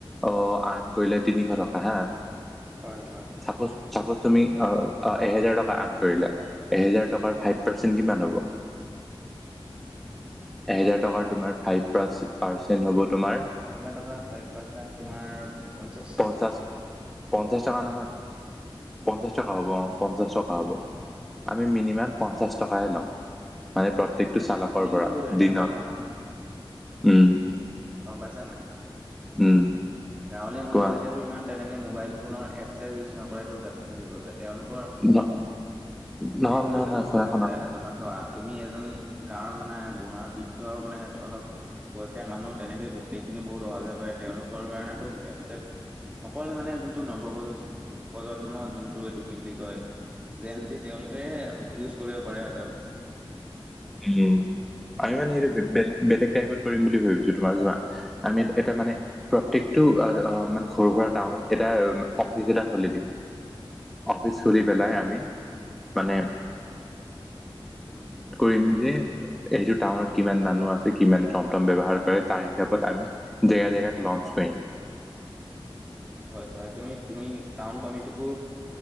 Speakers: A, in the centre; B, on the right.
A: অ আৰ্ন কৰিলে তিনিশ টকা হা
B: হয় হয়
A: চাপোজ চাপোজ তুমি অ অ এহেজাৰ টকা আন কৰিলে এহেজাৰ টকাৰ ফাইভ পাৰ্চেণ্ট কিমান হ'ব এহেজাৰ টকাৰ তোমাৰ ফাইভ পাৰ্চে পাৰ্চেন্ট হব তোমাৰ
B: এহেজাৰ টকা ফাইভ পাৰ্চেণ্ট তোমাৰ পঞ্চাশ
A: পঞ্চাছ, পঞ্চাছ টকা
B: কিমান
A: নহয়। পঞ্চাছ টকা হ'ব অ। পঞ্চাছ টকা হ'ব। আমি মিনিমাম পঞ্চাছ টকাহে ল'ম। মানে প্ৰত্যকটো
B: উম,
A: চালকৰ
B: কিন্তু
A: পৰা
B: এটা
A: দিনত,
B: কথা নহয়
A: উম।
B: গম পাইছা নাই?
A: উম।
B: গাঁৱলীয়া মানুহবিলাকেটো
A: কোৱা
B: ইমান তেনেকে মোবাইল ফোনৰ এপচ চেপচ ইউজ নকৰে যাত্ৰ হ কৰিবলে। তেওঁলোকৰ
A: ন নহয়
B: এইটো,
A: নহয়
B: এইটো
A: নহয়
B: সমস্যা
A: শুনা শুনা
B: এটা তোমাৰ চোৱা। তুমি এজনী গাঁৱৰ মানে বুঢ়া বৃদ্ধ মানে অলপ বয়সীয়া মানুহ তেনেকে ব <unintelligible> বহুত অহা-যোৱা কৰে তেওঁলোকৰ কাৰণে টো এপ চেপ অকল মানে যোনটো নৱবজ প্ৰজন্ম যোনটো এইটো কি বুলি কয়। যেনযি তেওঁলোকেহে ইউজ কৰিব পাৰে সিহঁতক।
A: হুম, আমি মানে সেইটো বেলেগ-বেলেগ টাইপত কৰিম বুলি ভাবিছো তোমাৰ চোৱা। আমি এটা মানে প্ৰত্যেকটো মানে সৰু সুৰা টাউনত এটা অফিচ এটা খুলি দিম। অফিচ খুলি পেলাই আমি মানে
B: উম।
A: খুলিম যে এইটো টাউনত কিমান মা মানুহ আছে কিমানে টমটম ৱ্যৱহাৰ কৰে তাৰ হিচাত আমি জেগা জেগাত লঞ্চ কৰিম।
B: <inaudible> হয়, হয়। তুমি তুমি টাউন কমিটিকো